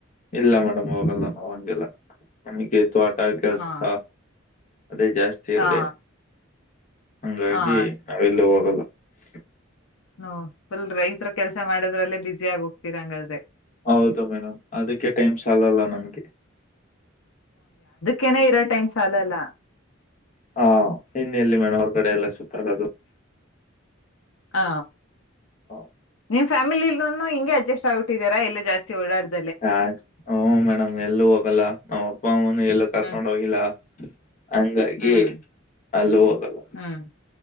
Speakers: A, on the left; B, on the left.
A: ಇಲ್ಲ ಮೇಡಮ್ ಹೋಗಲ್ಲ ನಾವು ಹಂಗೆಲ್ಲ ನಮಗೆ ತೋಟ ಕೆಲಸ
B: ಹಾ
A: ಅದೇ ಜಾಸ್ತಿ ಇರ್ರೆ
B: ಹಾ
A: ಹಂಗಾಗಿ
B: ಹಾ
A: ನಾವೆಲ್ಲೂ ಹೋಗಲ್ಲ ಸ್ರ್
B: ಹ ಫುಲ್ ರೈತ್ರ ಕೆಲ್ಸ ಮಾಡದ್ರಲ್ಲೇ ಬಸಿ ಆಗ ಹೋಗ್ತೀರಾ ಹಂಗಾದ್ರೆ
A: ಹೌದು ಮೇಡಮ್ ಅದಕ್ಕೆ ಟೈಮ್ ಸಾಲಲ್ಲ
B: ಹ್ಮ್
A: ನಮ್ಗೆ
B: ಕೆನ ಇರೋ ಟೈಮ್ ಸಾಲಲ್ಲ.
A: ಹಾ ಇನ್ನೆಲ್ಲಿ ಮೇಡಂ ಅವರ ಕಡೆ ಎಲ್ಲ ಸುತ್ತಾಗದು
B: ಆ
A: ಹಾ
B: ನಿಮ್ ಫ್ಯಾಮಿಲಿಲ್ ಹಿಗೆ ಅಡ್ಜಸ್ಟ್ ಆಗ್ಿಟ್ಟಿದರಾ ಎಲ್ಲ ಜಾಸ್ತಿ ಓಡಾಡ್ದ
A: ಹಾ ಹಓ ಮೇಡಮ್ ಎಲ್ಲೂ ಹೋಗಲ್ಲ ನಮ್ಮ್ ಅಪ್ಪ ಅಮ್ಮನು ಎಲ್ಲೂ ಕರ್ಕೊಂಡ್
B: ಹ್ಮ್
A: ಹೋಗಿಲ್ಲ ಹಂಗಾಗಿ
B: ಹ್ಮ್
A: ಅಲ್ಲ ಹೋಗಲ್ಲ
B: ಹ್ಮ್